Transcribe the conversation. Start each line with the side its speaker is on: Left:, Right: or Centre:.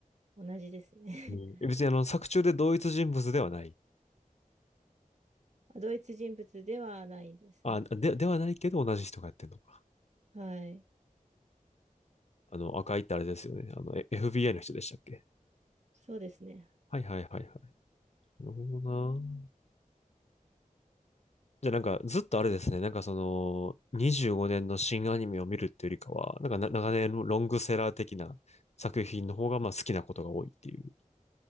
Right: 同じですね。
Left: うん別にあの、
Right: <laughs>
Left: 作中で同一人物ではない。
Right: あ同一人物ではないですね。
Left: あ、で、ではないけど同じ人がやってるのか。
Right: はい。
Left: あの、赤いってあれですよね。あの、FBI の人でしたっけ
Right: そうですね。
Left: はいはいはいはい。なるほどな。じゃあなんかずっとあれですね、なんかその25年の新アニメを見るっていうよりかは、なんかな長年のロングセラー的な作品の方がまあ好きなことが多いっていう。